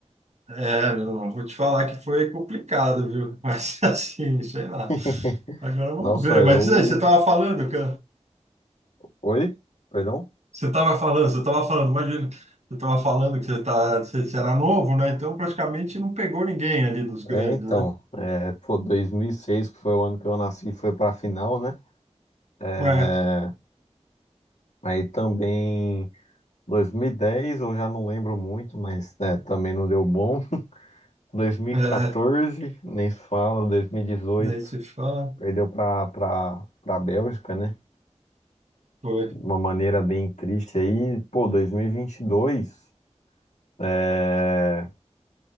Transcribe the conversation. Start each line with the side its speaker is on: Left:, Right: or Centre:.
Right: É, meu irmão, vou te falar que foi complicado, viu? Mas <laughs> assim, sei lá.
Left: <laughs>
Right: Agora vamos
Left: Nossa,
Right: ver.
Left: eu.
Right: Mas diz aí, você estava falando, que
Left: Oi? Perdão?
Right: você estava falando, você estava falando, imagina, você estava falando que você, tá, você, você era novo, né? Então praticamente não pegou ninguém ali dos grandes,
Left: É, então,
Right: né?
Left: é, pô, 2006, que foi o ano que eu nasci, foi pra final, né? É,
Right: É,
Left: aí também, 2010, eu já não lembro muito, mas né, também não deu bom. <laughs> 2014,
Right: é,
Left: nem se fala, 2018,
Right: daí você fala,
Left: perdeu pra, pra, pra Bélgica, né?
Right: foi.
Left: de uma maneira bem triste aí, pô, 2022, é...